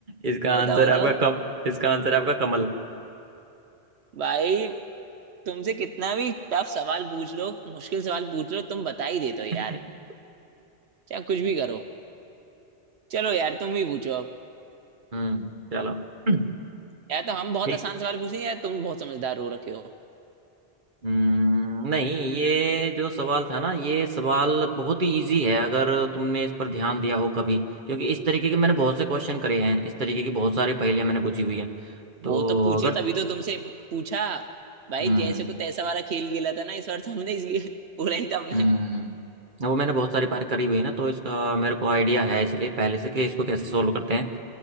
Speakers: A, on the right; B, on the right.
A: इसका
B: बताओ
A: आंसर
B: बताओ
A: है आपका कम इसका आंसर है आपका कमल
B: भाई तुमसे कितना भी टफ सवाल पूछ लो मुश्किल सवाल पूछ लो तुम बता ही देते
A: <laughs>
B: हो यार चाहे कुछ भी करो चलो यार तुम ही पूछो अब
A: हम्म चलो <clears throat>
B: या तो हम बहुत
A: ठीक
B: आसान सवाल पूछे या तुम बहुत समझदार हो रखे हो
A: हम्म, नहीं ये जो सवाल था ना ये सवाल बहुत ही इजी है अगर तुमने इस पर ध्यान दिया हो कभी क्योंकि इस तरीके के मैंने बहुत से क्वेश्चन करे हैं इस तरीके की बहुत सारी पहेलियां मैंने बुझी हुई हैं तो
B: वो तो पूछे
A: अगर
B: तभी तो तुमसे पूछा भाई
A: हम्म
B: जैसे को तैसा वाला खेल खेला था ना इस बार तो हमने इसलिए <laughs> बोला ही था हमने
A: हम्म वो मैंने बहुत सारी बार करी हुई है ना तो इसका मेरे को आइडिया है इसलिए पहले से कि इसको कैसे सोल्व करते हैं